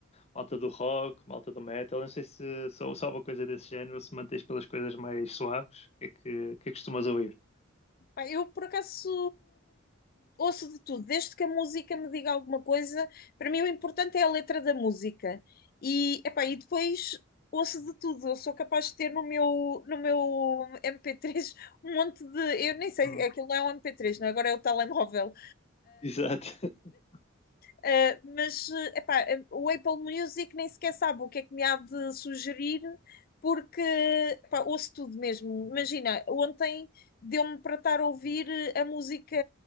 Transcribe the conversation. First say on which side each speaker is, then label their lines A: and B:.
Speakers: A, on the left (about 30°); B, on the left (about 45°).
A: malta do rock, malta do metal. Eu Não sei se sou só uma coisa desse género, se mantens pelas coisas mais suaves. O que é que, que é que costumas ouvir?
B: Pá, eu, por acaso, ouço de tudo. Desde que a música me diga alguma coisa, para mim o importante é a letra da música. E, epá, e depois ouço de tudo. Eu sou capaz de ter no meu, no meu MP3 um monte de... Eu nem sei,
A: Hum.
B: aquilo não é um MP3, não é? Agora é o telemóvel.
A: Exato. <laughs>
B: Uh, mas uh, epá, eh, o Apple Music nem sequer sabe o que é que me há de sugerir, porque epá, ouço tudo mesmo. Imagina, ontem deu-me para estar a ouvir a música